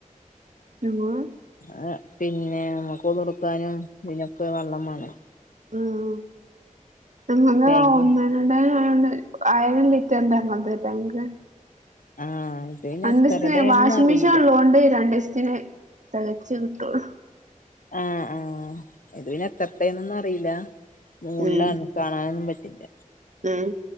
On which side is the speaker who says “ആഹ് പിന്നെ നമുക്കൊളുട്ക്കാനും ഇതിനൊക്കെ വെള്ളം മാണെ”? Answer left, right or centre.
Left